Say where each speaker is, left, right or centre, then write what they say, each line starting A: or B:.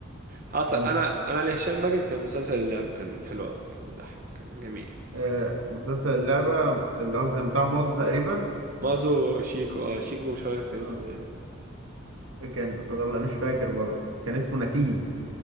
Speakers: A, on the right; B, on the right.
A: حصل
B: لم...
A: انا انا لهشام ماجد كان مسلسل اللعبة كان حلو قوي كان بيضحك كان جميل
B: آه مسلسل اللعبه اللي هو كان بتاع مازو تقريبا
A: مازو شيكو اه شيكو مش عارف كان
B: آه
A: اسمه ايه
B: كان والله مش فاكر برضه كان اسمه نسيم